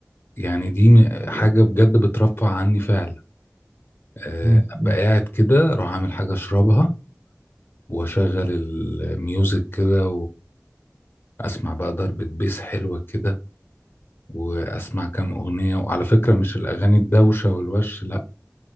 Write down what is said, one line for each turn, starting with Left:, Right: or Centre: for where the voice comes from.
Left: يعني دي م-
Right: الله
Left: حاجة بجد بترفع عني فعلا آه،
Right: امم
Left: أبقى
Right: أمم،
Left: قاعد كده أروح أعمل حاجة أشربها وأشغل الميوزك كده وأسمع بقى ضربة بيس حلوة كده وأسمع كام أغنية وعلى فكرة مش الأغاني الدوشة والوش لا